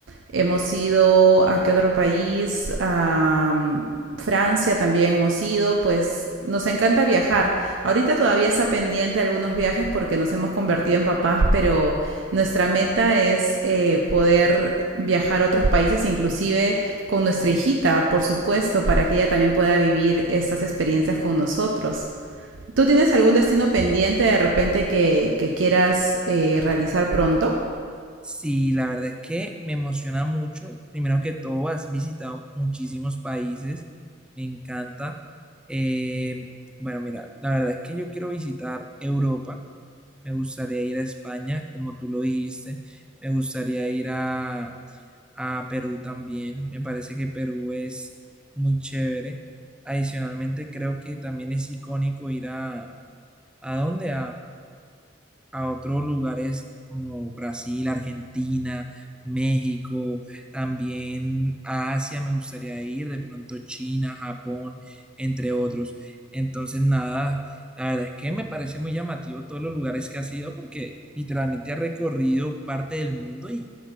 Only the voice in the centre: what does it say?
Sí, la verdad es que me emociona mucho. Primero que todo, has visitado muchísimos países. Me encanta. Eh, bueno, mira, la verdad es que yo quiero visitar Europa. Me gustaría ir a España, como tú lo dijiste. Me gustaría ir a, a Perú también. Me parece que Perú es muy chévere. Adicionalmente, creo que también es icónico ir a... ¿A dónde? a otros lugares como Brasil, Argentina, México, también a Asia me gustaría ir, de pronto China, Japón, entre otros. Entonces, nada, la verdad es que me parece muy llamativo todos los lugares que has ido porque literalmente has recorrido parte del mundo y